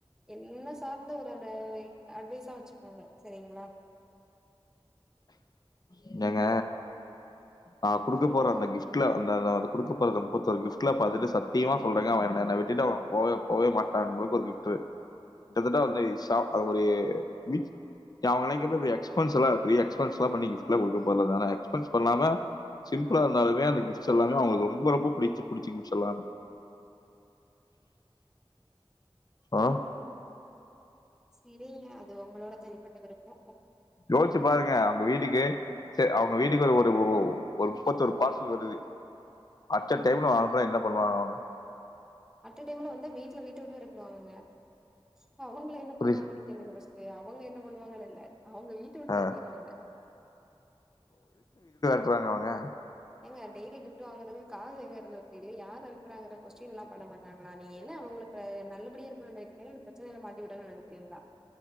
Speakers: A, in the centre; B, on the left (about 40°).
A: என்ன சார்ந்த ஒரு அந்த வெ அட்வைஸ் ஸா வச்சுக்கோங்க செரிங்ளா
B: என்னங்க நா குடுக்க
A: சொல்லுங்க
B: போற அந்த கிஃப்ட்ல அந் நா த அத குடுக்கப் போற அந்த முப்பத்தொரு கிஃப்ட்ல பாதுட்டு சத்தியமா சொல்றங்க அவ என்ன என்ன விட்டுட்டு அவ‌ போவே போவே மாட்டாந்தளவுக் ஒரு கிஃப்ட்டு கிட்டதட்ட அதெ ஸா அது ஒரு மீட் <unintelligible> எக்ஸ்பென்ஸ்லா பெரிய எக்ஸ்பென்ஸ்லா பண்ணி கிஃப்ட்லா குடுக்கப்போல ஆனா எக்ஸ்பென்ஸ் பண்ணாம சிம்புளா இருந்தாலுமே அந்த கிஃப்ட்ஸ் எல்லாமே அவுங்களுக்கு ரொம்ப ரொம்ப புடிச்ச புடுச்ச கிஃப்ட்ஸ் எல்லா ஆ
A: செரிங்க அது உங்களோட தனிப்பட்ட விருப்பொ
B: யோஸ்ச்சு பாருங்க அவுங்க வீட்டுக்கு ச அவுங்க வீட்டுக்கு ஒரு ஒரு ஒ‌ ஒ ஒரு முப்பத்தொரு பார்சல் வருது அட்ட டைம்ல அனுபுனா என்ன பண்ணுவாங்க அவங்க
A: அட்ட டைம்ல வந்தா வீட்ல வீட்ட விட்டு விரட்டுவாங்க கா அவங்கள என்ன பண்ணுவாங்கன்னு
B: புரியுது
A: கேளுங்க ஃபர்ஸ்ட் அவங்க என்ன பண்ணுவாங்கன்னு இல்ல அவங்க வீட்ட விட்டு
B: ஆ,
A: வெரட்டிருவாங்க
B: விட்டுறாங்க அவங்க
A: ஏங்க டெய்லி கிப்ட் வாங்குறது காசு எங்க இருந்து வருது யாரு அனுப்புறாங்குற கொஸ்டின்லா பண்ண மாட்டாங்களா நீ என்ன அவங்கள நல்லபடியா இருக்கணும்னு நெனைக்கிறீங்களா இல்ல பிரச்சனையில மாட்டி விடணும்னு நெனைக்கிறீங்களா